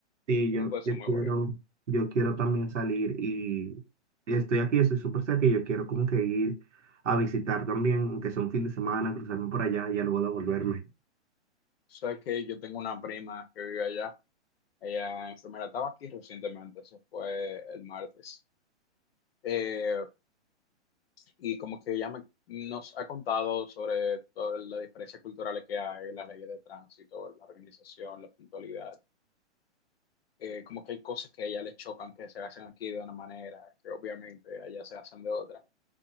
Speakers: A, on the right (about 80°); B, on the left (about 55°).
A: Sí,
B: Creo
A: yo,
B: que puede ser
A: yo
B: muy
A: quiero,
B: bonito.
A: yo quiero también salir y estoy aquí, estoy súper cerca y yo quiero como que ir a visitar también, aunque sea un fin de semana, cruzarme por allá y ya luego devolverme.
B: Sabes que yo tengo una prima que vive allá. Ella enfermera estaba aquí recientemente, eso fue el martes. Eh, y como que ella me- nos ha contado sobre todas las diferencias culturales que hay, las leyes de tránsito, la organización, la puntualidad. Eh, como que hay cosas que a ella le chocan que se hacen aquí de una manera, que obviamente allá se hacen de otra.